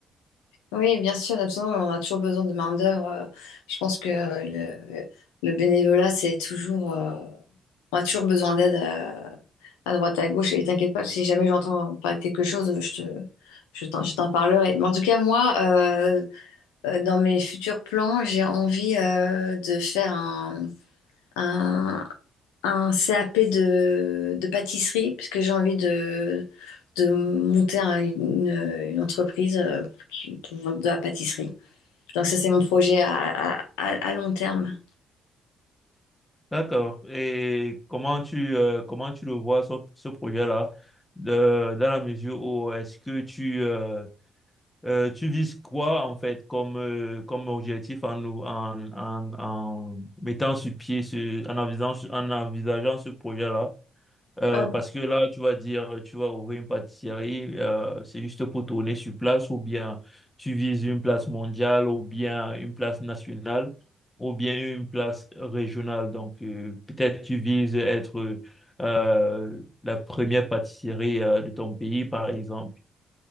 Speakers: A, on the left; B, on the left.
A: Oui, bien sûr, absolument. On a toujours besoin de main-d'œuvre. Euh, Je pense que euh, le, le bénévolat, c'est toujours. euh, on a toujours besoin d'aide euh, à droite, à gauche. Et t'inquiète pas, si jamais j'entends parler de quelque chose, je te, je t'en, je t'en parlerai. Mais en tout cas, moi, euh, euh, dans mes futurs plans, j'ai envie euh, de faire un, un, un CAP de, de pâtisserie, puisque j'ai envie de, de monter un- une, une entreprise euh, qui- pour de la pâtisserie. Donc ça, c'est mon projet à, à, à- à long terme.
B: D'accord. Et comment tu, euh, comment tu le vois, ce, ce projet-là, de- dans la mesure où est-ce que tu, euh, euh, tu vises quoi, en fait, comme, euh, comme objectif en, nous- en, en, en mettant sur pied, ce, en envisageant, en envisageant ce projet-là? Euh,
A: Euh,
B: parce que là, tu vas dire, tu vas ouvrir une pâtisserie, euh, c'est juste pour tourner sur place, ou bien tu vises une place mondiale, ou bien une place nationale, ou bien une place régionale. Donc, euh, peut-être tu vises être euh, la première pâtisserie euh, de ton pays, par exemple.